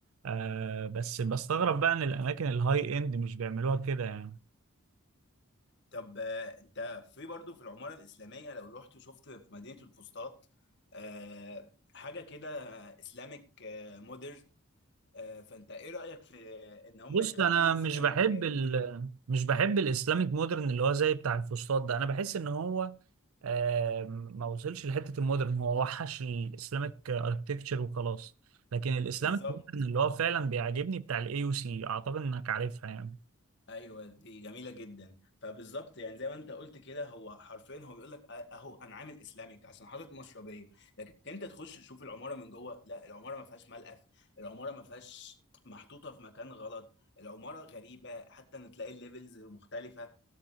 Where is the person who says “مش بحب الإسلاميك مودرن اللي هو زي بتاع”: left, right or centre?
Right